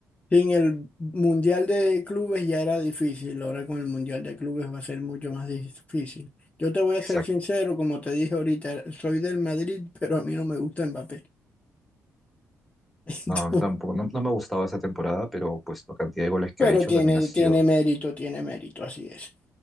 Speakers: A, on the left; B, in the centre.
A: Sin el Mundial de Clubes ya era difícil, ahora con el Mundial de Clubes va a ser mucho más difícil. Yo te voy a
B: Exacto.
A: ser sincero, como te dije ahorita, soy del Madrid, pero a mí no me gusta Mbappé. <laughs>
B: No, tampoco, no, no me ha gustado esa temporada, pero pues la cantidad de goles que
A: Pero
B: ha hecho
A: tiene,
B: también ha sido
A: tiene mérito, tiene mérito, así es.